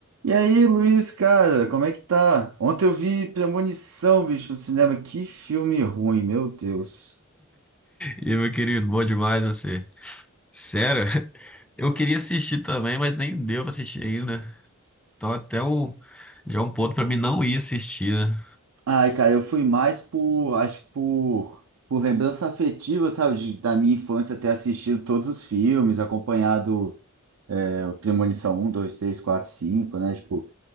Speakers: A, on the right; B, in the centre.
A: E aí, Luiz, cara, como é que tá? Ontem eu vi Premonição, bicho, no cinema. Que filme ruim, meu Deus.
B: E aí, meu querido, bom demais você. Sério, <laughs> eu queria assistir também, mas nem deu pra assistir ainda. Então até o já é um ponto pra mim não ir assistir, né?
A: Ai, cara, eu fui mais por, acho que por, por lembrança afetiva, sabe, de- da minha infância ter assistido todos os filmes, acompanhado é, o Premonição 1, 2, 3, 4, 5, né, tipo,